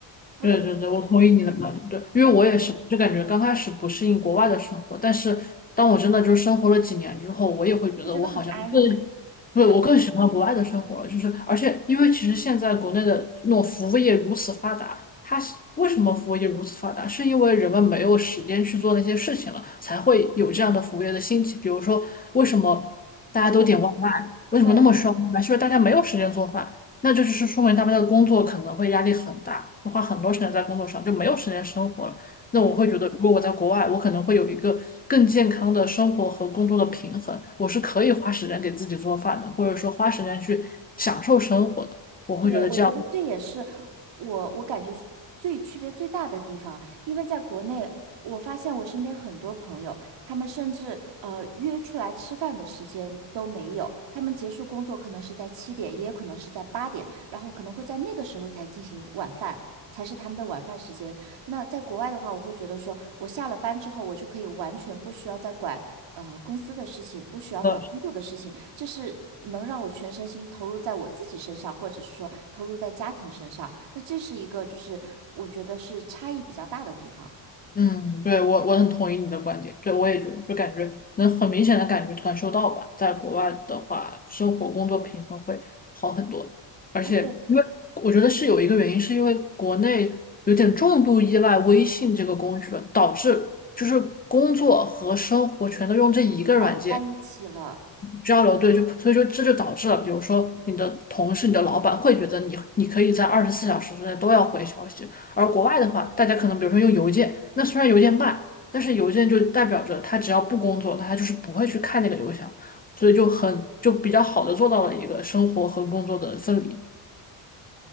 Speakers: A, on the right; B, on the left.
A: 不得不
B: 对对对，我同意你的观点。对，因为我也是，
A: 对，
B: 就感觉刚开始不适应国外的生活，但是当我真的就是生活了几年之后，我也会觉得我好像更，
A: 会觉得很安逸，
B: 对，
A: 对，
B: 我更喜欢国外的生活了。就是而且因为其实现在国内的那种服务业如此发达，它是为什么服务业如此发达？是因为人们没有时间去做那些事情了，才会有这样的服务业的兴起。比如说，为什么大家都点外卖？
A: 跑腿，
B: 为什么那么需要外卖？
A: 对。
B: 是因为大家没有时间做饭。那这就是说明他们的工作可能会压力很大，会花很多时间在工作上，就没有时间生活了。那我会觉得，
A: 对
B: 如果我在国外，我可能会有一个更健康的生活和工作的平衡，我是可以花时间给自己做饭的，或者说花时间去享受生活的。我会觉得这样，
A: 对，我觉得这也是我我感觉最区别最大的地方，因为在国内，我发现我身边很多朋友，他们甚至呃约出来吃饭的时间都没有，他们结束工作可能是在七点，也有可能是在八点，然后可能会在那个时候才进行晚饭，才是他们的晚饭时间。那在国外的话，我会觉得说，我下了班之后，我就可以完全不需要再管呃公司的事情，不需要管工作的事情，
B: 呃
A: 这是能让我全身心投入在我自己身上，或者是说投入在家庭身上。那这是一个就是我觉得是差异比较大的地方，
B: 嗯，对，我我很同意你的观点，对，我也觉得，就感觉能很明显的感觉感受到吧，在国外的话，生活工作平衡会好很多，而且因为我觉得是有一个原因，
A: 而且
B: 是因为国内有点重度依赖微信这个工具了，导致就是工作和生活全都用这一个软件。
A: 绑在一起了。
B: 交流，对，就所以说这就导致了，比如说你的同事、你的老板会觉得你你可以在二十四小时之内都要回消息，而国外的话，大家可能比如说用邮件，那虽然邮件慢，但是邮件就代表着他只要不工作，他就是不会去看那个邮箱，所以就很就比较好的做到了一个生活和工作的分离。